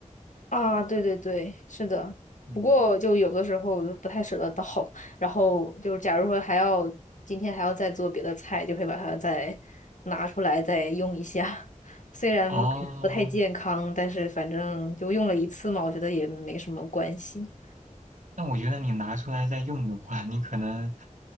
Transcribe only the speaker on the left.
啊，对对对，是的。
不过就有的时候不太舍得倒，然后就是假如说还要今天还要再做别的菜，就会把它再拿出来再用一下。虽然可能不太健康，
但是反正就用了一次嘛，我觉得也没什么关系。